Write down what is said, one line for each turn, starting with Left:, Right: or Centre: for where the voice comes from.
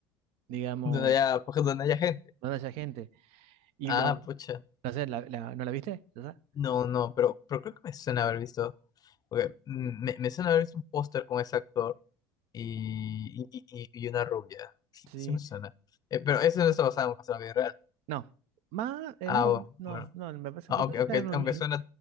Right: digamos,
Left: Donde haya, pues, donde haya gente.
Right: donde haya gente. Y
Left: Ah,
Right: lo,
Left: pucha.
Right: no sé, la- la- ¿no la viste? ¿Verdad?
Left: No, no, pero, pero creo que me suena haber visto. porque me, me suena haber visto un póster con ese actor y, y, y- y una rubia. Sí,
Right: Sí,
Left: sí me suena. Eh, pero eso no está basado en un caso de la vida real.
Right: no. Más, eh,
Left: Ah,
Right: no,
Left: bu-
Right: no,
Left: bueno.
Right: no, me parece,
Left: Ah,
Right: me
Left: Aunque,
Right: parece
Left: aunque,
Right: que era en un
Left: aunque
Right: libro.
Left: suena,